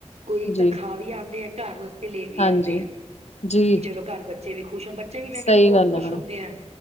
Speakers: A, on the right; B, on the left.
A: ਕੋਈ
B: ਜੀ,
A: ਤਾਂ ਖਾ ਵੀ ਆਉਂਦੇ ਆ ਘਰ ਵਾਸਤੇ ਲੈ ਵੀ
B: ਹਾਂਜੀ,
A: ਆਉਂਦੇ ਆ
B: ਜੀ।
A: ਚਲੋ ਘਰ ਬੱਚੇ ਵੀ ਖੁਸ਼ ਹੋਣ ਬੱਚੇ ਵੀ ਮੈਂ ਕਹਿੰਦੀ
B: ਸਹੀ
A: ਬਹੁਤ
B: ਗੱਲ
A: ਖੁਸ਼
B: ਹੈ ਮੈਡਮ
A: ਹੁੰਦੇ ਆ